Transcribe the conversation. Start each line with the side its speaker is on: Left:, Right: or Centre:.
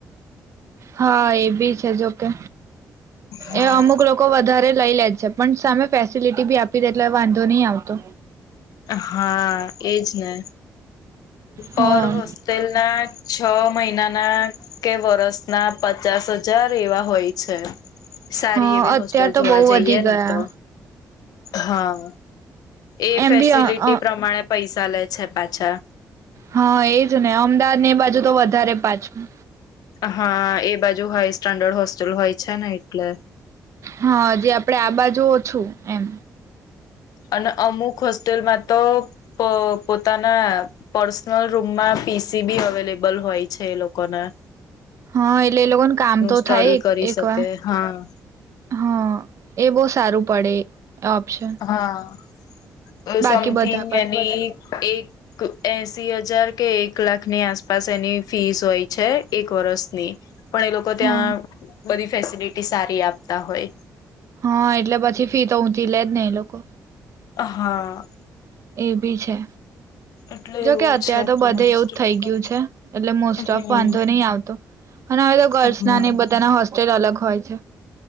Right: હા, એ બી છે જોકે
Left: હા
Right: એ અમુક લોકો વધારે લઈ લેજ છે પણ સામે ફેસિલિટી બી આપી દે એટલે વાંધો ની આવતો
Left: હા, એજ ને
Right: હા
Left: પર હોસ્ટેલ ના છ મહિના મહિના ના કે વરસ ના પચાસ હજાર એવા હોય છે સારી
Right: હા
Left: એવી
Right: અત્યાર
Left: હોસ્ટેલ
Right: તો
Left: જોવા
Right: બહુ
Left: જઈએ
Right: વધી ગયા
Left: ને તો હા, એ
Right: એમ
Left: ફેસિલિટી
Right: બી અ અ
Left: પ્રમાણે પૈસા લે છે પાછા
Right: હા, એજ ને અમદાવાદ ને એ બાજુ તો વધારે પાછું
Left: હા, એ બાજુ હાઈ સ્ટાન્ડર્ડ હોસ્ટેલ હોય છે ને એટલે
Right: હા, જે આપડે આ બાજુ ઓછું એમ
Left: અને અમુક હોસ્ટેલમાં તો પોતાના પર્સનલ રૂમમાં પીસી બી અવેલેબલ હોય છે એ લોકોના
Right: હા, એટલે એ લોકોને કામ તો
Left: સ્ટડી
Right: થાય
Left: કરી
Right: એક
Left: શકે
Right: વાર
Left: હા
Right: હા એ બહુ સારું પડે ઓપ્શન
Left: હા. અ
Right: બાકી
Left: સમથિંગ
Right: બધા કરતા
Left: એને એક એસી હજાર કે એક લાખની આસપાસ એની ફીસ હોય છે, એક વર્ષની. પણ એ લોકો ત્યાં
Right: હા
Left: બધી ફેસિલિટી સારી આપતા હોય.
Right: હા, એટલે પછી ફી તો ઊંચી લેજ ને એ લોકો
Left: હા.
Right: એ ભી છે.
Left: એટલે
Right: જોકે
Left: એવું
Right: અત્યારેાર
Left: છે
Right: તો
Left: ત્યાં
Right: બધે
Left: હોસ્ટેલનું.
Right: એવું જ થઈ ગયું છે, એટલે મોસ્ટ
Left: હમ
Right: ઓફ વાંધો નહી આવતો અને હવે તો ગર્લ્સ
Left: હા
Right: ના નહ બધાના હોસ્ટેલ અલગ હોય છે.